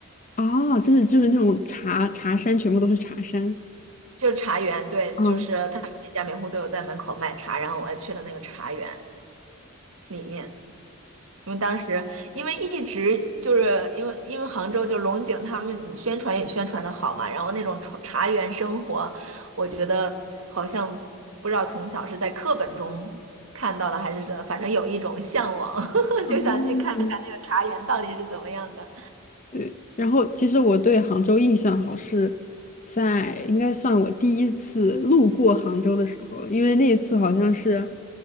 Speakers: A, on the left; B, on the right.
A: 哦，就是就是那种茶茶山，全部都是茶山。
B: 就是茶园，对，
A: 嗯，
B: 就是他每家每户都有在门口卖茶，然后我还去了那个茶园里面。因为当时因为一直就是因为因为杭州就龙井他们宣传也宣传的好嘛，然后那种茶茶园生活，我觉得好像不知道从小是在课本中看到了还是这，反正有一种向往，<laughs>
A: 哦，
B: 就想去看看那个茶园到底是怎么样的。
A: 对，然后其实我对杭州印象好是在应该算我第一次路过杭州的时候，因为那一次好像是